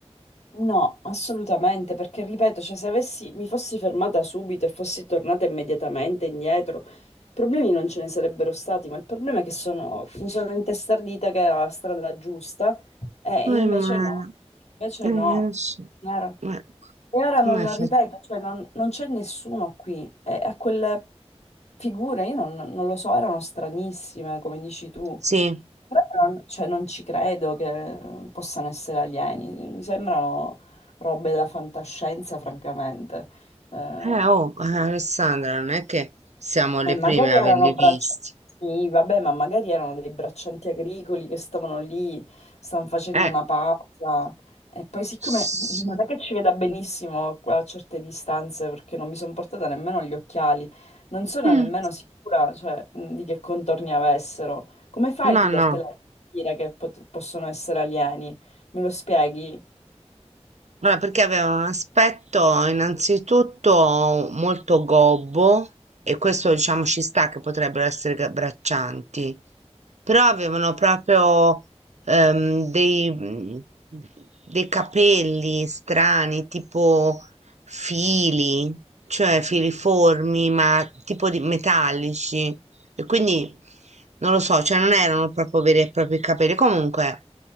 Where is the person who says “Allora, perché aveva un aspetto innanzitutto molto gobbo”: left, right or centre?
Right